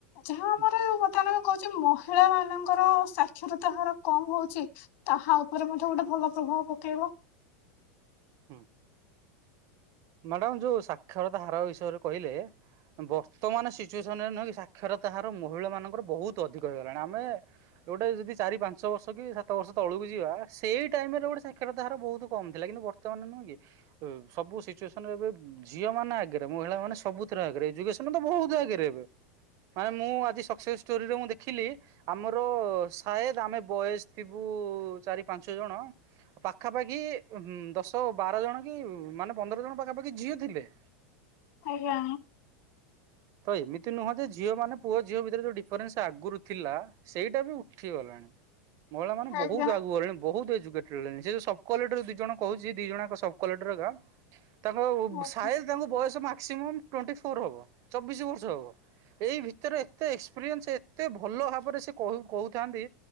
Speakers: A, on the left; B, on the right.
A: ଯାହା
B: ହୁଁ
A: ଆମର କଥା ମାନେ କହୁଛେ ମହିଳା ମାନ ଙ୍କର ସାକ୍ଷରତା ହାର କମ୍ ହଉଛି। ତାହା ଉପରେ ମଧ୍ୟ ଗୋଟେ ଭଲ ପ୍ରଭାବ ପକେଇବ।
B: ହୁଁ ମ୍ୟାଡାମ ଯୋଉ ସାକ୍ଷରତା ହାର ବିଷୟରେ କହିଲେ ବର୍ତ୍ତମାନ ସିଚୁଏସନ ରେ ନହଁ ସାକ୍ଷରତା ହାର ମହିଳା ମାନଙ୍କର ବହୁତ ଅଧିକ ହେଇଗଲାଣି। ଆମେ ଗୋଟେ ଯଦି ଚାରି ପାଞ୍ଚ ବର୍ଷ କି ସାତ ବର୍ଷ ତଳକୁ ଯିବା ସେଇ ଟାଇମ୍ ରେ ଗୋଟେ ସାକ୍ଷରତା ହାର ବହୁତ କମ୍ ଥିଲା। କିନ୍ତୁ ବର୍ତ୍ତମାନ ମାନେ ନୁହେଁ କି ସବୁ ସିଚୁଏସନ ଏ ଝିଅ ମାନେ ଆଗେରେ। ମହିଳା ମାନେ ସବୁଥିରେ ଆଗେରେ। ଏଜୁକେସନ ତ ବହୁତ ଆଗେରେ ଏବେ। ମାଇ ମୁଁ ଆଜି ସକ୍ସେସ୍ ଷ୍ଟୋରିରେ ମୁଁ ଦେଖିଲି। ଆମର ସାଏଦ ଆମେ ବୟସ ଥିବୁ ଚାରି ପାଞ୍ଚ ଜଣ ପାଖାପାଖି ଦଶ ତ ବାର ଜଣ କି ମାନେ ପନ୍ଦର ଜଣ ପାଖାପାଖି ଝିଅ ଥିଲେ।
A: ଆଜ୍ଞା
B: ତ ଏମିତି ଏ ନୁହଁ ଯେ ଝିଅ ମାନେ ପୁଅ ଝିଅ ଭିତରେ ଯୋଉ ଡିଫରେନ୍ସ ଆଗରୁ ଥିଲା ସେଇଟା ବି ଉଠିଗଲାଣି। ମହିଳାମାନେ
A: ଆଜ୍ଞା
B: ବହୁତ ଆଗୁ ଗଲେଣି। ବହୁତ ଖେଳେନି ସେ ଯଉ ସବକ୍ୱାଲିଟିରୁ ଦୁଇ ଜଣ କହୁଛି। ଦିଇ ଜଣ ଯାକ ସବକ୍ୱାଲିଟି ରହିଲା। ତାଙ୍କର
A: ଆଜ୍ଞା
B: ସାଏଦ୍ ତାଙ୍କୁ ବୟସ ମା ମାକ୍ସିମମ୍ ଟ୍ବେଣ୍ଟିଫୋର୍ ହେବ ଚବିଶ ବର୍ଷ ହବ ଏଇ ଭିତରେ ଏତେ ଏକ୍ସପିରିଏନ୍ସ ଏତେ ଭଲ ଭାବରେ ସେ କହୁଥାନ୍ତି